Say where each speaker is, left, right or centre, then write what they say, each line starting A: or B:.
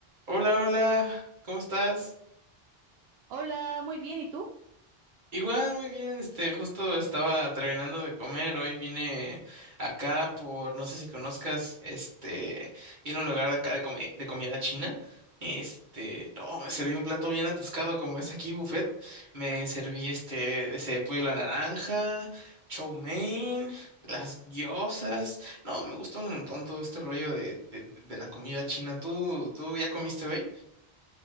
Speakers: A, on the right (about 50°); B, on the right (about 80°).
A: Hola, hola, ¿cómo estás?
B: Hola, muy bien, ¿y tú?
A: Igual, muy bien, este, justo estaba terminando de comer, hoy vine acá por, no sé si conozcas, este, vine a un lugar de acá de, comi- de comida china, este, no, me serví un plato bien atascado, como es aquí buffet, me serví este, ese pollo a la naranja, chow mein, las gyozas, no, me gusta un montón todo este rollo de, de, de la comida china, ¿tú, tú ya comiste hoy?